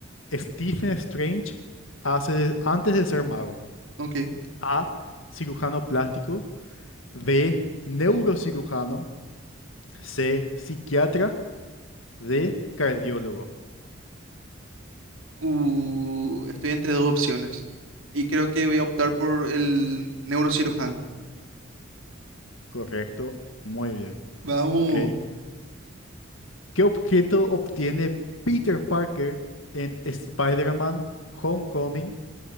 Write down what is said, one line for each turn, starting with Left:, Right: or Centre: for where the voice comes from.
Left: Stephen Strange hace de- antes de ser mago?
Right: Ok.
Left: A, cirujano plástico. B, neurocirujano. C, psiquiatra. D, cardiólogo.
Right: Uh, estoy entre dos opciones y creo que voy a optar por el neurocirujano.
Left: Correcto, muy bien.
Right: Vamos.
Left: Ok. ¿Qué objeto obtiene Peter Parker en Spider-Man Homecoming